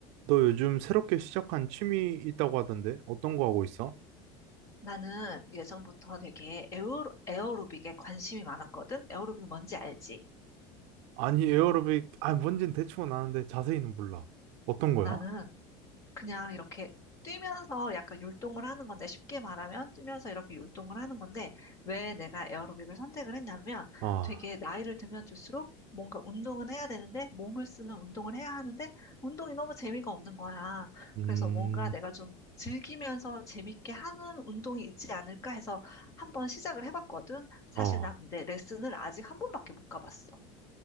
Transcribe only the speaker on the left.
나는 예전부터 되게 에어로, 에어로빅에 관심이 많았거든? 에어로빅 뭔지 알지?
나는 그냥 이렇게 뛰면서 약간 율동을 하는 건데, 쉽게 말하면 뛰면서 이렇게 율동을 하는 건데, 왜 내가 에어로빅을 선택을 했냐면,
되게 나이를 들면 들수록 뭔가 운동은 해야 되는데, 몸을 쓰는 운동을 해야 하는데, 운동이 너무 재미가 없는 거야.
그래서 뭔가 내가 좀 즐기면서 재밌게 하는 운동이 있지 않을까 해서 한번 시작을 해봤거든. 사실
나 근데 레슨을 아직 한 번밖에 못 가봤어.